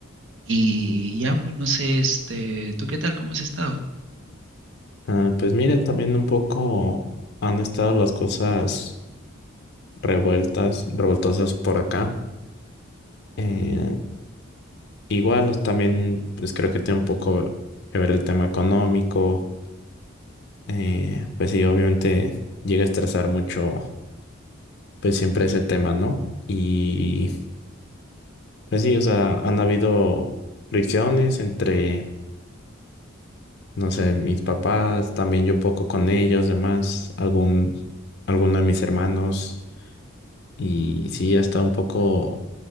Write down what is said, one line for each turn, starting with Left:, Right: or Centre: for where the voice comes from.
Right: Y ya, pues no sé, este, ¿tú qué tal? ¿Cómo has estado?
Left: Ah, pues mira, también un poco han estado las cosas revueltas, revoltosas por acá. Eh, igual, los- también, pues creo que tiene un poco que ver el tema económico. Eh, pues sí, obviamente llega a estresar mucho, pues siempre ese tema, ¿no? Y pues sí, o sea, han habido fricciones entre... no sé, mis papás, también yo un poco con ellos, demás, algún, alguno de mis hermanos. Y sí, está un poco,